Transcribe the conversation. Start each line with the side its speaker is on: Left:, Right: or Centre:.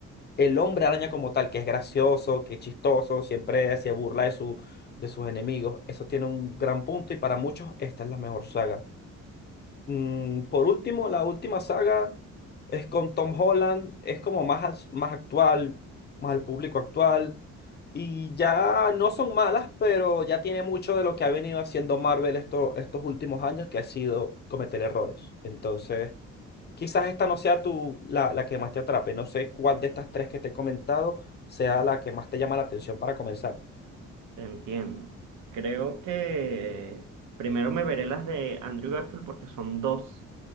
Left: el hombre araña como tal, que es gracioso, que es chistoso, siempre se burla de, su, de sus enemigos. Eso tiene un gran punto y para muchos esta es la mejor saga. Mm, por último, la última saga es con Tom Holland, es como más, al- más actual, más al público actual. Y ya no son malas, pero ya tiene mucho de lo que ha venido haciendo Marvel esto- estos últimos años, que ha sido cometer errores. Entonces, quizás esta no sea tu, la, la que más te atrape. No sé cuál de estas tres que te he comentado sea la que más te llama la atención para comenzar.
Right: entiendo. Creo que primero me veré las de Andrew Garfield porque son dos,